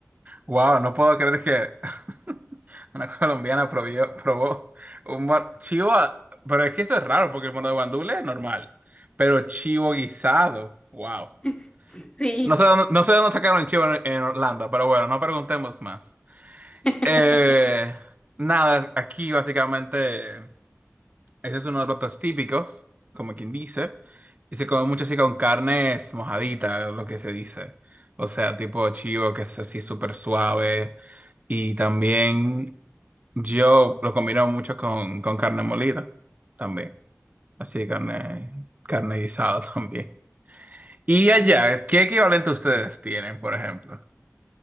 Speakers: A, on the right (about 30°); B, on the left (about 15°).
A: Wow, no puedo creer que. <laughs> Una <laughs> colombiana probió- probó un mor- chivo, a- pero es que eso es raro porque el mono de guandule es normal, pero chivo guisado, wow.
B: <laughs> Sí.
A: No sé dónde, no sé dónde sacaron el chivo en, en Orlando, pero bueno, no preguntemos más.
B: <laughs>
A: Eh, nada, aquí básicamente. Ese es uno de los platos típicos, como quien dice. Y se come mucho así con carnes mojaditas, lo que se dice. O sea, tipo chivo, que es así súper suave. Y también yo lo combino mucho con, con carne molida, también. Así carne, carne guisada <laughs> también. Y allá,
B: Oh.
A: ¿qué equivalente ustedes tienen, por ejemplo?